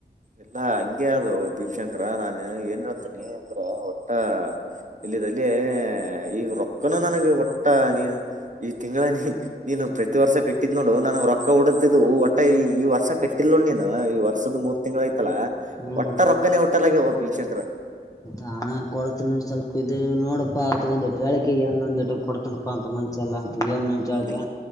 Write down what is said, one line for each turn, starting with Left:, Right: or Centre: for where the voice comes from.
Right: ಇಲ್ಲಾ ಹಂಗೆ ಅದು ಭೀಮಶಂಕರ ನಾನ ಏನ್ ಹೇಳ್ತೇನಿ ಅಂದ್ರ ಒಟ್ಟ. ಇಲ್ಲಿದಲ್ಲಿ ಈಗ ರೊಕ್ಕನು ನನಗೆ ಒಟ್ಟ ನೀ ಈ ತಿಂಗಳನಿ. ನೀನು ಪ್ರತಿ ವರ್ಷ ಕಟ್ಟಿದ್ ನೋಡು ನನಗೆ ರೊಕ್ಕ ಹುಡ್ಕತಿದಿವು. ಈ ಈ ವರ್ಷ ಕಟ್ಟಿಲೋ ನೀನು ಈ ವರ್ಷದ ಮೂರ್ ತಿಂಗಳುಯ್ತಲ್ಲ
Left: ಹ್ಮ್
Right: ಒಟ್ಟರ ರೊಕ್ಕನೆ ಒಟ್ಟ. ಮತ್ತಲ ಹೋಗ್ ಭೀಮ್ ಶಂಕರ.
Left: ಹಣ ಕೊಡತನಿ ಸ್ವಲ್ಪ ಇದು ನೋಡಪ್ಪಾ ಅತ್ ಒಂದ್ವಾಲಿಕಿಗೆ ಏನ್ ಒಂದಟ್ಟ ಕೊಡ್ತನಪ್ಪಾ ಅಂತ ಮ. ಅಲ್ಲ ಅಂತ ಏನ್ಂಳ್ಕ
Right: ಇಲ್ಲ